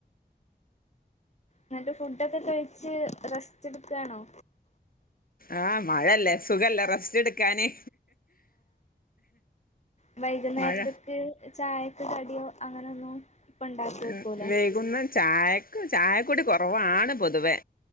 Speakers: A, on the left; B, on the left.
A: ന്നട്ട് ഫുഡൊക്കെ കഴിച്ച് റെസ്റ്റ് ട്ക്കാണോ
B: ആ മഴല്ലേ സുഖല്ലേ റസ്‌റ്റ്ട്ക്കാന്
A: ആവൈകുന്നേര്ത്ത്ക്ക്
B: മഴ
A: ചായക്ക് കടിയോ അങ്ങനൊന്നും ഇപ്പ ഉണ്ടാക്കി വെക്കൂലേ
B: ഉം വൈകുന്ന ചായക്ക് ചായകുടി കൊറവാണ് പൊതുവെ